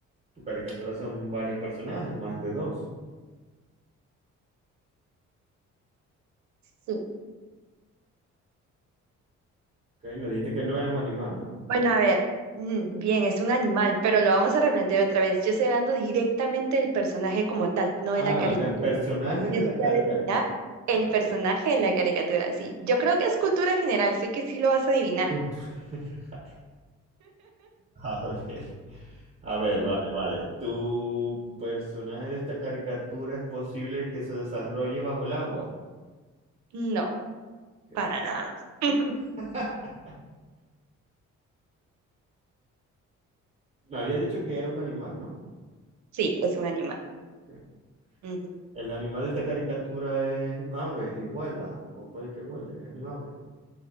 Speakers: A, on the right; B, on the right.
A: Tu caricatura son varios personajes, más de dos.
B: Sí.
A: Ok, me dijiste que no era un animal, ¿no?
B: Bueno, a ver, mm, bien, es un animal, pero lo vamos a replantear otra vez. Yo estoy hablando directamente del personaje como tal, no de
A: Ah,
B: la caricatura.
A: del personaje
B: Tienes
A: de la caricatura.
B: que adivinar el
A: Va,
B: personaje de la caricatura, sí. Yo creo que es cultura general, sé que sí lo vas a adivinar.
A: Cultura. <laughs> A ver. A ver, vale, vale. ¿Tu personaje de esta caricatura es posible que se desarrolle bajo el agua?
B: No,
A: Ok.
B: para nada. <laughs>
A: <laughs> Me había dicho que era un animal, ¿no?
B: Sí, es un animal.
A: Ok.
B: Ujú.
A: El animal de esta caricatura es un ave, igual, ah, o puede que huele, es un ave.